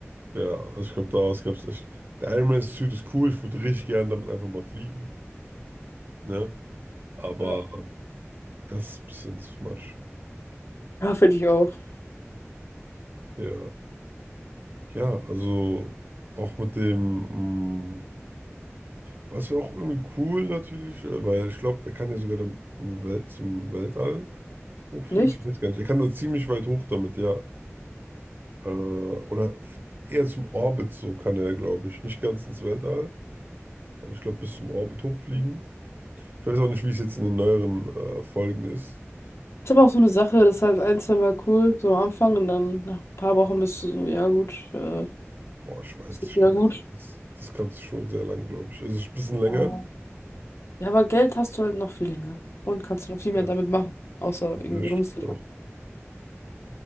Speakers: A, on the right; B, on the left.
A: Ja, also ich glaube, daraus gab es echt. Der Iron Man Suit ist cool, ich würde richtig gern damit einfach mal fliegen, ne? Aber
B: Ja,
A: das ist ein bisschen too much.
B: ja finde ich auch.
A: Ja, ja, also auch mit dem, mm, Aber es wäre auch irgendwie cool natürlich, äh, weil ich glaube, er kann ja sogar dann im Welt, zum Weltall hochfliegen.
B: Nicht?
A: Ich weiß gar nicht. Er kann da ziemlich weit hoch damit, ja. Äh, oder f- eher zum Orbit so kann er, glaube ich. Nicht ganz ins Weltall, aber ich glaube bis zum Orbit hochfliegen. Ich weiß auch nicht, wie es jetzt in den neueren äh, Folgen ist.
B: Ist aber auch so eine Sache, das ist halt ein, zwei Mal cool, so am Anfang und dann nach ein paar Wochen bist du so, ja gut, äh,
A: Boah,
B: ist
A: ich weiß nicht,
B: jetzt
A: ich
B: wieder
A: glaube,
B: gut.
A: das, das kannst du schon sehr lang, glaube ich. Also ein bisschen länger.
B: Ja, Ja, aber Geld hast du halt noch viel länger und kannst du noch viel
A: Ja,
B: mehr damit machen, außer irgendwie
A: ja, stimmt
B: rumfliegen.
A: auch.